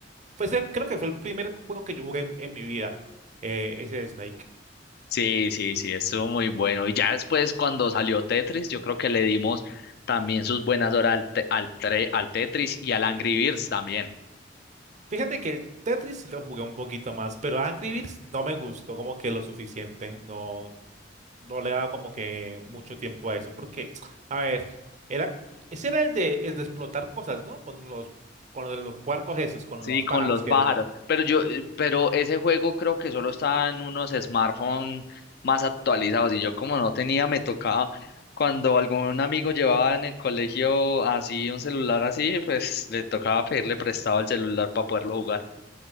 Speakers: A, on the right; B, on the left.
A: fue ese- creo que fue el primer juego que yo jugué en, en mi vida, eh, ese Snake.
B: Sí, sí, sí, estuvo muy bueno. Y ya después cuando salió Tetris, yo creo que le dimos también sus buenas horas al, te- al, tre- al Tetris y al Angry Birds también.
A: Fíjate que el Tetris sí lo jugué un poquito más, pero Angry Birds no me gustó como que lo suficiente. No, no le daba como que mucho tiempo a eso, porque, a ver, era, ese era el de, el de explotar cosas, ¿no? Con los, con los puercos esos, con
B: Sí,
A: los
B: con
A: pájaros,
B: los
A: que
B: pájaros.
A: diga.
B: Pero yo, eh, pero ese juego creo que solo está en unos smartphones más actualizados. Y yo como no tenía, me tocaba cuando algún amigo llevaba en el colegio así un celular así, pues le tocaba pedirle prestado el celular para poderlo jugar.